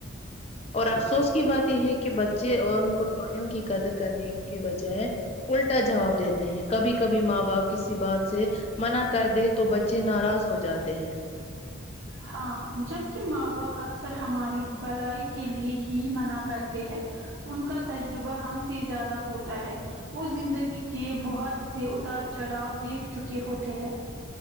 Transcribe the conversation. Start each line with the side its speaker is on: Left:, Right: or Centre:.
Left: اور افسوس کی بات یہ ہے کہ کہ بچے اور کو پانیوں کی قدر کرنے کے بجائے الٹا جواب دیتے ہیں کبھی کبھی ماں باپ کسی بات سے منع کر دے تو بچے ناراض ہو جاتے ہیں
Right: ہاں جبک ماں باپ اکثر ہماری بھلائی کے لیے ہی منع کرتے ہیں ان کا تجربہ ہم سے زیادہ ہوتا ہے وہ زندگی کے بہت سے اتار چڑھاؤ دیکھ چکے ہوتے ہیں